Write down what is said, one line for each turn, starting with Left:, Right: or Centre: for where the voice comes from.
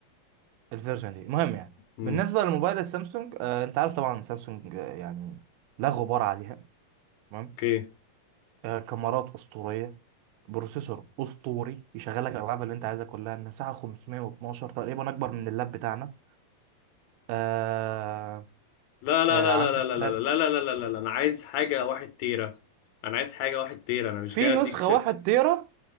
Right: الفيرجن دي المهم يعني
Left: امم
Right: بالنسبه للموبايل السامسونج آه انت عارف طبعا سامسونج آه يعني لا غبار عليها تمام.
Left: اوكي
Right: آه، كاميرات اسطوريه بروسيسور اسطوري يشغلك الالعاب اللي انت عايزها كلها المساحه 512 تقريبا اكبر من اللاب بتاعنا آه
Left: لا لا
Right: آه
Left: لا
Right: عندك
Left: لا لا لا
Right: لاب-
Left: لا لا لا لا لا لا لا انا عايز حاجه واحد تيرة انا عايز حاجه واحد تيرة انا مش
Right: في
Left: جاي
Right: نسخه
Left: اديك ست
Right: 1 تيرا